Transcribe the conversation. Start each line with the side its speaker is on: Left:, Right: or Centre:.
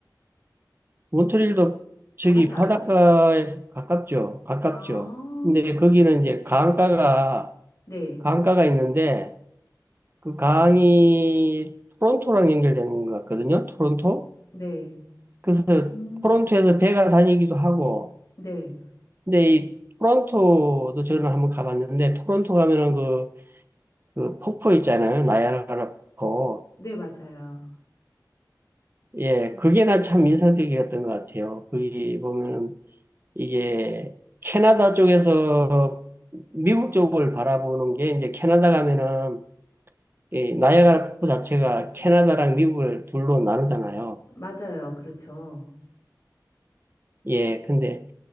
Right: 몬트리올도 저기
Left: 바닷가요?
Right: 바닷가에서 가깝죠. 가깝죠.
Left: 아,
Right: 근데 거기는 이제 강가가,
Left: 네,
Right: 강가가 있는데 그 강이 토론토랑 연결되는 것 같거든요. 토론토.
Left: 네,
Right: 그래서
Left: 음,
Right: 토론토에서 배가 다니기도 하고.
Left: 네,
Right: 근데 이 토론토도 저는 한번 가봤는데 토론토 가면은 그, 그 폭포 있잖아요. 나이아가라 폭포.
Left: 네, 맞아요.
Right: 예,
Left: 음,
Right: 그게 나 참 인상적이었던 것 같아요. 거기 보면은 이게 캐나다 쪽에서 미국 쪽을 바라보는 게 이제 캐나다 가면은 이 나이아가라 폭포 자체가 캐나다랑 미국을 둘로 나누잖아요.
Left: 맞아요. 그렇죠.
Right: 예, 근데